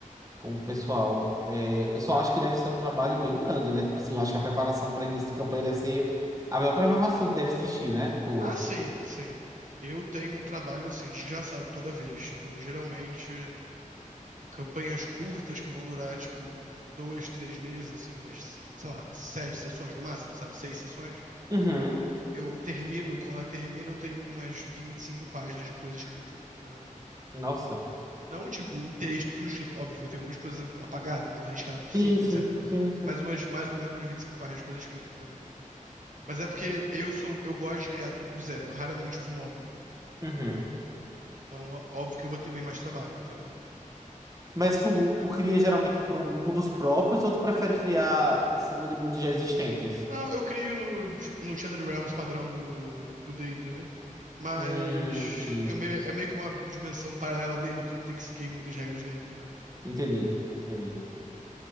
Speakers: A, on the right; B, on the right.
A: com o pessoal. É, eu só acho que deve ser um trabalho bem grande, né? Tipo assim, eu acho que a preparação para início de campanha deve ser a melhor preparação que deve existir, né? Tipo.
B: Ah, sim, sim. Eu tenho um trabalho, assim, desgraçado toda vez. Tipo, geralmente. campanhas curtas que vão durar, tipo, dois, três meses, assim, umas, sei lá, sete sessões no máximo, sabe? Seis sessões.
A: Uhum.
B: Eu termino, quando ela termina, eu tenho umas 25 páginas de coisa escrita, entendeu?
A: Nossa.
B: Não, tipo, em texto, tudo escrito, óbvio, vai ter um monte de coisa apagada, um monte de coisa riscada por
A: Sim,
B: cima,
A: sim,
B: etc.
A: sim, sim.
B: Mas umas, mais ou menos umas 25 páginas de coisa escrita, entendeu? Mas é porque eu sou, eu gosto de criar tudo do zero, eu raramente uso módulo.
A: Uhum.
B: Então, ó- óbvio que eu vou ter bem mais trabalho, entendeu?
A: Mas tu, tu cria geralmente para mundos próprios ou tu prefere criar em cima de mundos já existentes?
B: Não, eu crio no, no Shattered Realms padrão do do D&D, mas
A: Hum, entendi.
B: eu meio, é meio que uma dimensão paralela dele, que eu não tenho que seguir muitas regras dele, entendeu?
A: Entendi, entendi.